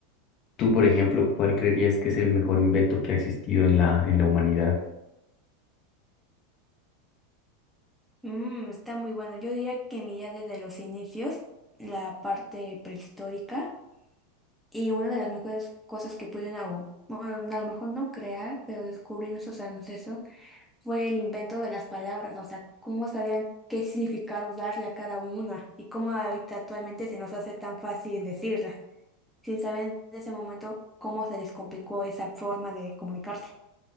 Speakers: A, on the left; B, in the centre.
A: tú, por ejemplo, ¿cuál creerías que es el mejor invento que ha existido en la, en la humanidad?
B: Mm, está muy bueno. Yo diría que mi idea desde los inicios, la parte prehistórica, y una de las mejores cosas que pudieron, a- o, bueno, a lo mejor no crear, pero descubrir nuestros ancestros fue el invento de las palabras, o sea, cómo sabían qué significado darle a cada una y cómo ahorita actualmente se nos hace tan fácil decirlas, sin saber en ese momento cómo se les complicó esa forma de comunicarse.